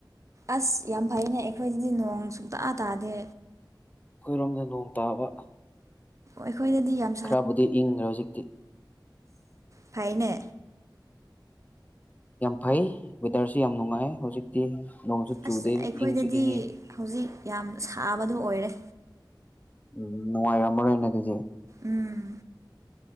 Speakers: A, on the right; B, on the left.
A: ꯑꯁ ꯌꯥꯝ ꯐꯩꯅꯦ ꯑꯩꯈꯣꯏꯗꯗꯤ ꯅꯣꯡ ꯁꯨꯡꯇꯥ ꯇꯥꯗꯦ
B: ꯑꯩꯈꯣꯏꯔꯣꯝꯗ ꯅꯣꯡ ꯇꯥꯕ
A: ꯑꯩꯈꯣꯏꯗꯗꯤ ꯌꯥꯝ
B: ꯈꯔꯕꯨꯗꯤ ꯏꯪꯈ꯭ꯔꯦ ꯍꯧꯖꯤꯛꯇꯤ
A: ꯐꯥꯏꯅꯦ
B: ꯌꯥꯝ ꯐꯩ ꯋꯦꯗꯔꯁꯨ ꯌꯥꯝ ꯅꯨꯡꯉꯥꯏ ꯍꯧꯖꯤꯛꯇꯤ ꯅꯣꯡꯁꯨ ꯆꯨꯗꯦ
A: ꯑꯁ ꯑꯩꯈꯣꯏꯗꯗꯤ
B: ꯏꯪꯁꯨ ꯏꯪꯉꯤ
A: ꯍꯧꯖꯤꯛ ꯌꯥꯝ ꯁꯥꯕꯗꯣ ꯑꯣꯏꯔꯦ
B: ꯎꯝ ꯅꯅꯨꯡꯉꯥꯏ ꯌꯥꯝꯔ ꯍ ꯅꯠꯇꯖꯤꯦ
A: ꯎꯝ